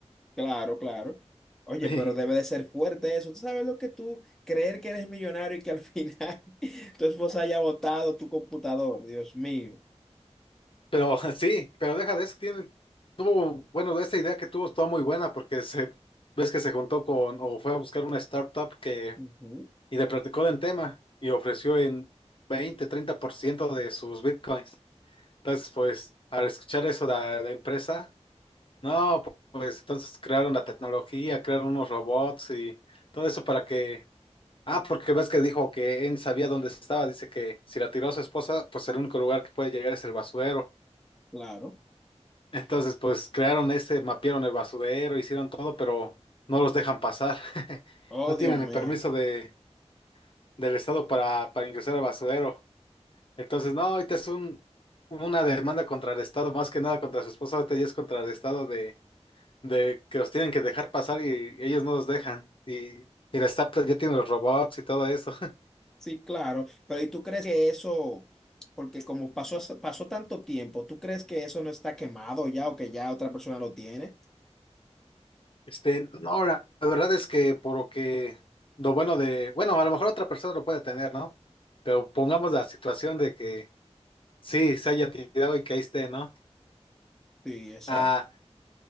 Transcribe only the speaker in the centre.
Claro, claro. Oye,
pero debe de ser fuerte eso. ¿Tú sabes lo que tú creer que eres millonario y que al final <laughs> tu esposa haya botado tu computador? Dios mío.
Ujú.
Claro.
Oh,
Dios
mío.
Sí, claro. Pero ¿y tú crees que eso, porque como pasó, pasó tanto tiempo, ¿tú crees que eso no está quemado ya o que ya otra persona lo tiene?
Sí, exacto.